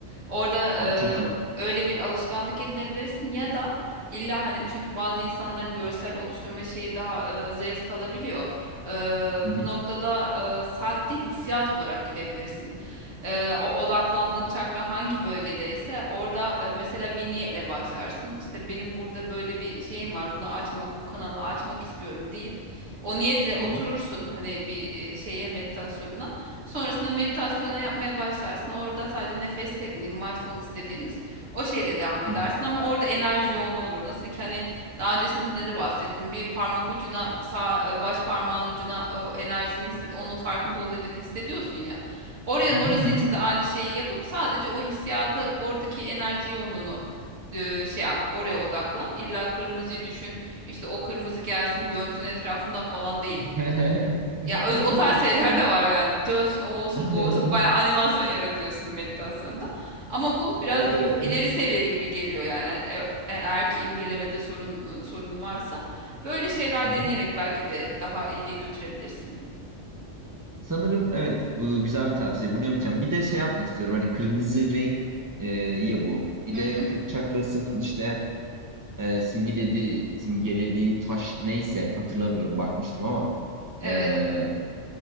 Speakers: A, on the right; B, on the right.
A: Orada
B: Ha, çok iyi.
A: e, öyle bir alışkanlık edinebilirsin ya da illa hani çünkü bazı insanların görsel oluşturma şeyi daha e, zayıf kalabiliyor. E,
B: Hı hı.
A: bu noktada e, sadece hissiyat olarak gidebilirsin. E, o odaklandığın çakra hangi bölgedeyse orada e, mesela bir niyetle başlarsın. İşte benim burada böyle bir şeyim var. Bunu açmak, bu kanalı açmak istiyorum deyip o niyetle oturursun
B: Hı hı.
A: hani bir e, şeye meditasyonuna. Sonrasında meditasyona yapmaya başlarsın. Orada sadece nefes tekniği, mindfulness dediğimiz o şeyle devam edersin
B: Hı hı.
A: ama orada enerji yoğunluğu olur. Nasıl ki hani daha öncesinde de bahsettim. Bir parmak ucuna, sağ e, baş parmağın ucuna o enerjini hisset. Onun farkında ol dediğimde hissediyorsun ya. Oraya
B: Hı
A: orası
B: hı. Hı
A: için de aynı şeyi yapıp sadece o hissiyatı, oradaki enerji yoğunluğunu e, şey yap, oraya odaklan. İlla kırmızıyı düşün işte o kırmızı gelsin dönsün etrafından falan değil.
B: hı.
A: Ya öyle-
B: <laughs>
A: o tarz şeyler
B: Anladım.
A: de var yani dönsün o olsun
B: <laughs>
A: bu olsun baya animasyon yaratıyorsun meditasyonda. Ama bu biraz
B: Evet
A: i-
B: evet.
A: ileri seviye gibi geliyor yani E- e- e, eğer ki imgelemede sorun sorunun varsa böyle şeyler
B: Hı hı.
A: deneyerek belki de daha iyiye götürebilirsin.
B: Sanırım evet bu güzel bir tavsiye. Bunu yapacağım. Bir de şey yapmak istiyorum. Hani kırmızı renk e, ya bu. Bir
A: Hı
B: de
A: hı.
B: kök çakrasının işte e, simgelediği, simgelediği taş neyse hatırlamıyorum bakmıştım ama
A: Evet.
B: e,